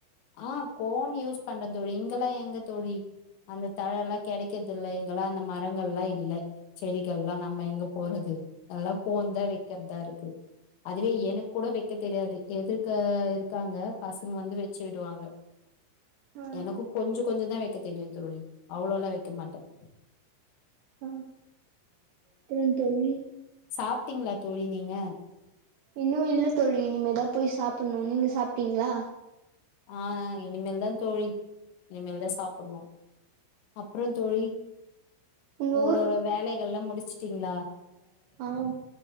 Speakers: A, on the left; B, on the right.
A: ஆஹ் கோன் யூஸ் பண்ற தோழி இப்பலாம் எங்க தோழி அந்த தழ எல்லாம் கிடைக்கிறது இல்ல எங்கெல்லாம் அந்த மரங்கள் எல் லாம் இல்லை செடிகள் எல்லாம் நம்ம எங்க போறது எல்லாம் கோன் தான் வைக்கிறதா இருக்கு அதுவே எனக்கு கூட வைக்க தெரியாது எத்க்க இருக்காங்க பசங்க வந்து வச்சு விடுவாங்க
B: ஆ
A: எனக்கும் கொஞ்சதான் வைக்க தெரியும் தோழி அவ்வளோ எல்லாம் வைக்க மாட்டேன்
B: ஆஹ் பெ தோழி
A: சாப்பிட்டீங்களா தோழி நீங்க
B: இன்னும் இல்ல தோழி இனிமேதான் போய் சாப்பிடணும் நீங்க சா சாப்படீங்களா
A: ஆஹ் இனிமேல் தான் தோழி இனிமேல் தான் சாப்பிடணும் அப்பறம் தோழி
B: உங்க
A: உங்களோட வேலைகல்லாம் முடிச்சு சாப்பிட்டீங்களா
B: ஆஹ்